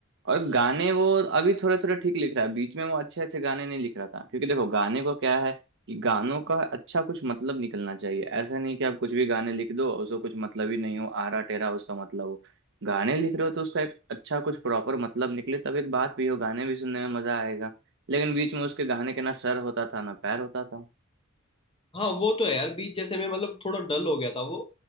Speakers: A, on the right; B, on the left.
A: और गाने वो अभी थोड़े थोड़े ठीक लिख रहा है बीच में वो अच्छे अच्छे गाने नहीं लिख रहा था क्योंकि देखो गाने को क्या है कि गानों का अच्छा कुछ मतलब निकलना चाहिए ऐसा नहीं कि आप कुछ भी गाने लिख दो उसको कुछ मतलब ही नहीं हो आरा टेरा उसका मतलब हो गाने लिख रहे हो तो उसका एक अच्छा कुछ प्रॉपर मतलब निकले तब एक बात भी हो गाने भी सुनने में मजा आएगा लेकिन बीच में उसके गाने के ना सर होता था ना पैर होता था
B: हाँ वो तो है यार बीच जैसे में मतलब थोड़ा डल हो गया था वो